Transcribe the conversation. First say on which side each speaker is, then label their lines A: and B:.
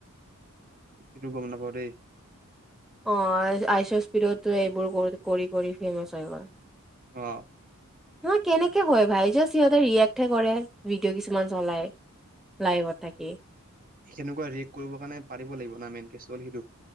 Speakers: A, on the right; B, in the centre.
A: সেইটো গম নাপাওঁ দেই।
B: অ আইচ আইচ স্পীডত এইবোৰ কৰি কৰি ফেমাচ হয় গল।
A: অ
B: নহয় কেনেকে হয় ভাই যাষ্ট সিহঁতে ৰিয়েক্ট হে কৰে ভিডিঅ' কিছুমান চলাই লাইভত থাকি ।
A: সেনেকুৱা ৰিয়েক্ট কৰিবৰ কাৰণে পাৰিব লাগিব না মেইন কেছ টো হল সেইটো।